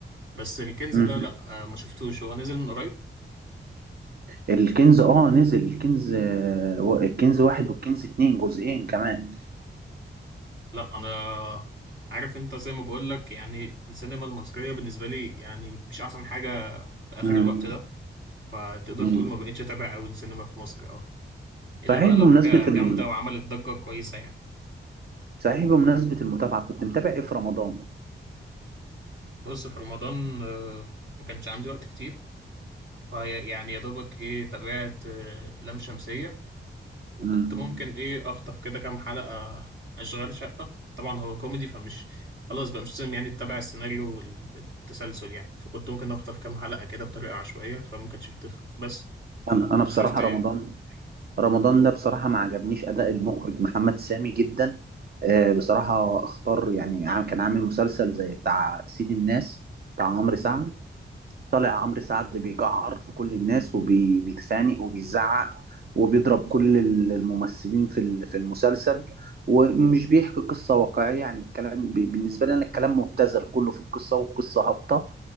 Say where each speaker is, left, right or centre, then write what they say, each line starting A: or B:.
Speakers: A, on the right; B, on the right.
A: بس الكنز
B: مم.
A: ده لا آه، ما شفتوش هو نزل من قريب
B: الكنز اه نزل الكنز آه، و- الكنز واحد والكنز اتنين جزئين كمان
A: لا انا عارف انت زي ما بقول لك يعني السينما المصرية بالنسبة لي يعني مش احسن حاجة في اخر
B: مم.
A: الوقت ده فتقدر
B: مم.
A: تقول ما بقتش اتابع قوي السينما في مصر اه الا
B: صحيح
A: بقى لو
B: بمناسبة
A: حاجة
B: ال...
A: جامدة وعملت ضجة كويسة يعني
B: صحيح بمناسبة المتابعة كنت متابع ايه في رمضان؟
A: بص في رمضان آه، ما كانش عندي وقت كتير فيعني يا دوبك ايه تابعت آه، لام شمسية وكنت
B: مم.
A: ممكن ايه اخطف كده كام حلقة اشغال شقة طبعا هو كوميدي فمش خلاص بقى مش لازم يعني تتابع السيناريو والتسلسل يعني فكنت ممكن اخطف كام حلقة كده بطريقة عشوائية فما كانتش بتفرق بس
B: انا
A: انت
B: انا بصراحة
A: شفت ايه
B: رمضان رمضان ده بصراحة ما عجبنيش اداء المخرج محمد سامي جدا آه، بصراحة اختار يعني عام- كان عامل مسلسل زي بتاع سيد الناس بتاع عمرو سعد طالع عمرو سعد بيجعر في كل الناس وبيتخانق وبيزعق وبيضرب كل ال- الممثلين في ال- في المسلسل ومش بيحكي قصة واقعية يعني الكلام ب- بالنسبة لي أنا الكلام مبتذل كله في القصة والقصة هابطة